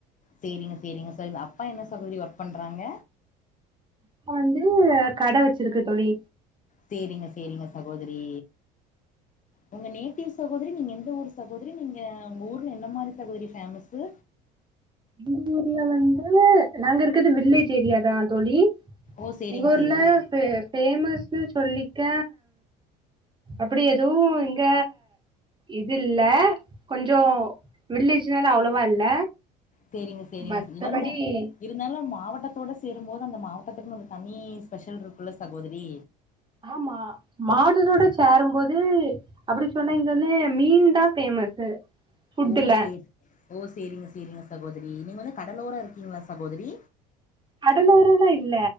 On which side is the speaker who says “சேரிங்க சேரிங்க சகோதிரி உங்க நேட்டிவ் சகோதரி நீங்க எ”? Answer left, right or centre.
Left